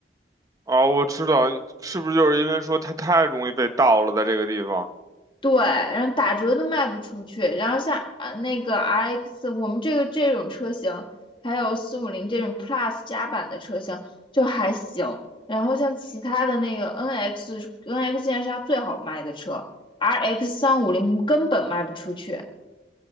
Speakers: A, on the right; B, on the left.
A: 啊，我知道，是不是就是因为说它太容易被盗了，在这个地方？
B: 对，然后打折都卖不出去。然后像啊那个 RX，我们这个这种车型，还有四五零这种 Plus 加版的车型就还行。然后像其他的那个 NX，NX 现在是它最好卖的车，RX 三五零根本卖不出去。